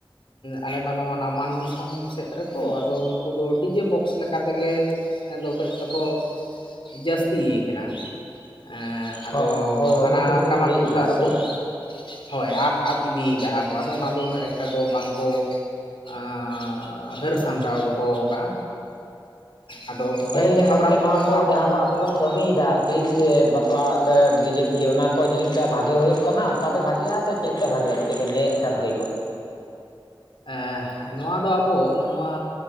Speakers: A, on the left; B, on the left.
A: ᱟᱞᱮ ᱢᱟ ᱱᱚᱣᱟ ᱢᱟᱱ ᱫᱤᱥᱚ ᱥᱚᱢ ᱥᱮᱫ ᱨᱮᱛᱚ, ᱟᱫᱚ ᱩᱱᱠᱩ ᱫᱚ ᱰᱤᱡᱮ ᱵᱚᱠᱥ ᱞᱮᱠᱟ ᱛᱮᱜᱮ ᱟᱫᱚ ᱠᱟᱺᱡ ᱛᱚᱠᱚ ᱡᱟᱹᱥᱛᱤᱭ ᱠᱟᱱᱟ ᱮᱸᱻ ᱟᱫᱚ
B: ᱚ ᱦᱳᱭ ᱦᱳᱭ
A: ᱦᱟᱱᱟ
B: ᱚᱱᱟ ᱛᱮᱜᱮᱞᱤᱧ
A: ᱴᱟᱢᱟᱠ
B: ᱠᱩᱞᱤᱭᱮᱫ
A: ᱛᱩᱢᱫᱟᱜ
B: ᱵᱤᱱᱟ ᱟᱨᱠᱤ
A: ᱫᱚ ᱠᱚ ᱦᱳᱭ ᱟᱫ ᱟᱫ ᱤᱫᱤᱭ ᱠᱟᱜᱼᱟ ᱠᱚ ᱟᱫᱚ ᱚᱱᱟ ᱫᱚ ᱩᱱᱟᱹᱜ ᱮᱠᱴᱟ ᱫᱚ ᱵᱟᱝᱠᱚ ᱟᱸᱻ ᱦᱟᱹᱨ
B: ᱦᱩᱸ
A: ᱥᱟᱢᱴᱟᱣ ᱫᱚᱦᱚ ᱠᱟᱜᱼᱟ᱾ ᱟᱫᱚ ᱯᱟᱹᱦᱤᱞ
B: ᱦᱮᱸ ᱟᱹᱞᱤᱧ
A: ᱦᱟᱯᱲᱟᱢ
B: ᱜᱚᱝᱠᱮ ᱱᱚᱣᱟ
A: ᱠᱚᱦᱚᱸ ᱚᱱᱠᱟᱱ
B: ᱠᱚ
A: ᱦᱚᱸ
B: ᱡᱟᱦᱟᱸ
A: ᱵᱟᱹᱱᱩᱜ
B: ᱵᱚ ᱟᱵᱚ
A: ᱠᱚᱣᱟ
B: ᱵᱚᱱ
A: ᱥᱮ
B: ᱠᱟᱹᱢᱤᱭ ᱫᱟ ᱟᱨ ᱠᱤ ᱪᱮᱫ ᱵᱟᱯᱞᱟ ᱚᱲᱟᱜ ᱠᱚ ᱰᱤᱡᱮ ᱯᱷᱤᱡᱮ ᱚᱱᱟ ᱠᱚ ᱡᱤᱱᱤᱥ ᱵᱷᱟᱜᱮ ᱦᱩᱭᱩᱜ ᱠᱟᱱᱟ ᱚᱝᱠᱟᱛᱮ ᱵᱷᱟᱜᱤᱜᱼᱟ? ᱥᱮ ᱪᱮᱫ ᱛᱮ ᱵᱷᱟᱜᱮᱜᱼᱟ? ᱠᱟᱹᱴᱤᱡ ᱵᱮᱱ ᱞᱟᱹᱭᱟᱜ ᱠᱷᱟᱡ ᱵᱷᱟᱹᱜᱤ ᱠᱚᱜᱼᱟ᱾
A: ᱮᱸᱻ ᱱᱚᱣᱟ ᱫᱚ ᱟᱵᱚ ᱱᱚᱣᱟ